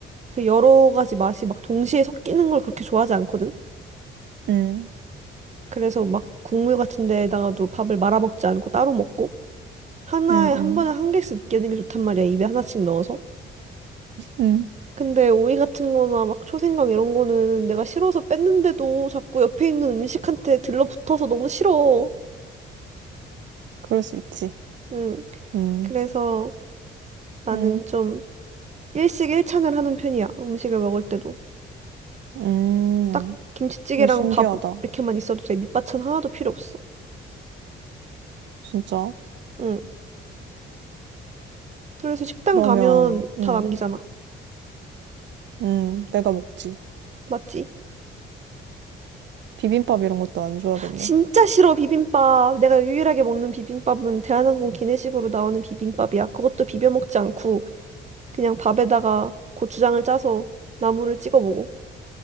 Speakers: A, on the right; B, on the right.
A: 그 여러 가지 맛이 막 동시에 섞이는 걸 그렇게 좋아하지 않거든.
B: 응,
A: 그래서 막 국물 같은 데다가도 밥을 말아먹지 않고 따로 먹고. 하나에
B: 응,
A: 한
B: 응,
A: 번에 한 개씩 넣게 되는 게 좋단 말이야. 입에 하나씩 넣어서.
B: 응,
A: 근데 오이 같은 거나 막 초생강 이런 거는 내가 싫어서 뺐는데도 자꾸 옆에 있는 음식한테 들러붙어서 너무 싫어.
B: 그럴 수 있지.
A: 응.
B: 응,
A: 그래서 나는
B: 응,
A: 좀 일식 일찬을 하는 편이야. 음식을 먹을 때도.
B: 응,
A: 딱 김치찌개랑
B: 너 신기하다.
A: 밥 이렇게만 있어도 돼. 밑반찬 하나도 필요 없어.
B: 진짜?
A: 응. 그래서 식당
B: 그러면,
A: 가면
B: 응,
A: 다 남기잖아.
B: 응, 내가 먹지.
A: 맞지?
B: 비빔밥 이런 것도 안 좋아하겠네.
A: 진짜 싫어, 비빔밥. 내가 유일하게 먹는 비빔밥은 대한항공 기내식으로 나오는 비빔밥이야. 그것도 비벼 먹지 않고 그냥 밥에다가 고추장을 짜서 나물을 찍어 먹어.